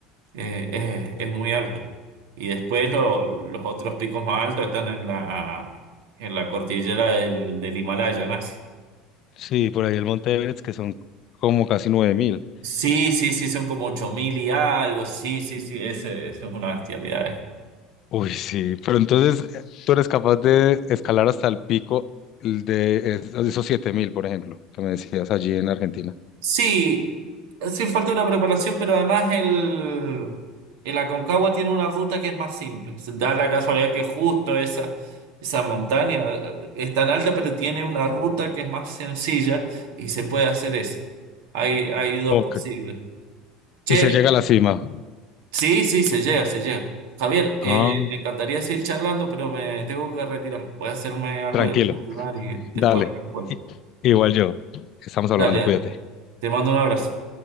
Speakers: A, on the right (about 85°); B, on the left (about 45°).
A: Eh, es, es muy alto. Y después lo- los otros picos más altos están en la, en la cordillera del, del Himalaya, ¿no?
B: Sí, por ahí el Monte Everest, que son como casi nueve mil.
A: Sí, sí, sí, son como 8.000 y algo. Sí, sí, sí, ese, ese es una bestialidad. eh.
B: Uy, sí. Pero entonces, ¿tú eres capaz de escalar hasta el pico de es- esos siete mil, por ejemplo, que me decías allí en Argentina?
A: Sí, sí falta una preparación, pero además el, el Aconcagua tiene una ruta que es más simple. Se Da la casualidad que justo esa, esa montaña eh, es tan alta, pero tiene una ruta que es más sencilla y se puede hacer esa. Hay, hay dos
B: Ok.
A: posibles. Che,
B: Y se llega a la cima.
A: Sí, sí, se llega, se llega. Javier, eh,
B: Ah,
A: me encantaría seguir charlando, pero me tengo que retirar. Voy a hacerme algo
B: tranquilo.
A: de desayunar y después
B: Dale.
A: vuelvo.
B: I- igual yo. Estamos hablando,
A: Dale, dale.
B: cuídate.
A: Te mando un abrazo.